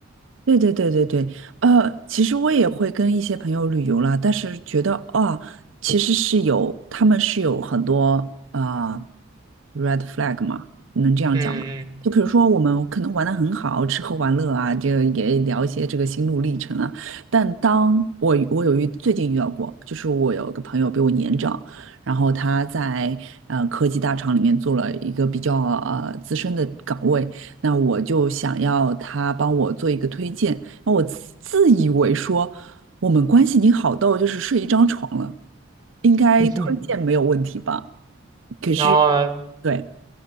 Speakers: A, on the right; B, on the right.
A: 对对对对对，呃，其实我也会跟一些朋友旅游啦，但是觉得啊，其实是有，他们是有很多啊、呃 red flag 嘛，能这样讲吗？
B: 嗯
A: 就比如说我们可能玩的很好，吃喝玩乐啊，这个也聊一些这个心路历程啊，但当我我有遇最近遇到过，就是我有个朋友比我年长，然后他在呃科技大厂里面做了一个比较呃资深的岗位。那我就想要他帮我做一个推荐。那我自自以为说我们关系已经好到就是睡一张床了，应该推荐没有问题吧？
B: 嗯，<laughs>
A: 是，
B: 然后呢，
A: 对。